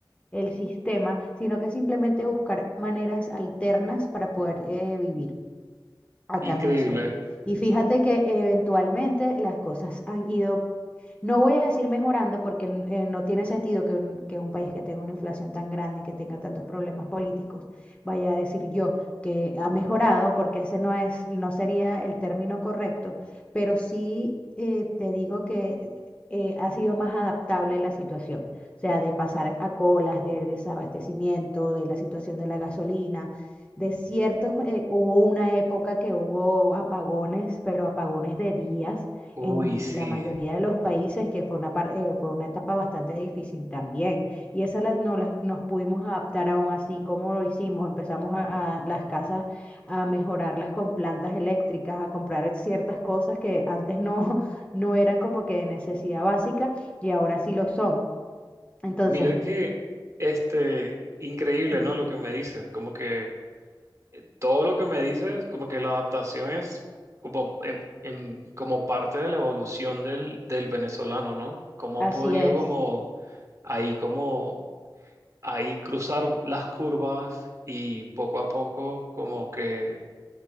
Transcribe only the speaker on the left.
el sistema, sino que simplemente buscar maneras alternas para poder eh, vivir acá
en Venezuela. Y fíjate
que eventualmente las cosas han ido, no voy a decir mejorando, porque n- eh, no tiene sentido que un, que un país que tenga una inflación tan grande y que tenga tantos problemas políticos vaya a decir yo que ha mejorado, porque ese no es, no sería el término correcto, pero sí eh, te digo que eh, ha sido más adaptable la situación. O sea, de pasar a colas, de desabastecimiento, de la situación de la gasolina desiertos, eh, hubo una época que hubo apagones, pero apagones de días
en
la mayoría de los países, que fue una, par- eh, fue una etapa bastante difícil también. Y esa la, no la- nos pudimos adaptar aún así, como lo hicimos, empezamos a, a las casas a mejorarlas con plantas eléctricas, a comprar ciertas cosas que antes no, <laughs> no eran como que de necesidad básica y ahora sí lo son. Entonces,
sí,
así
es,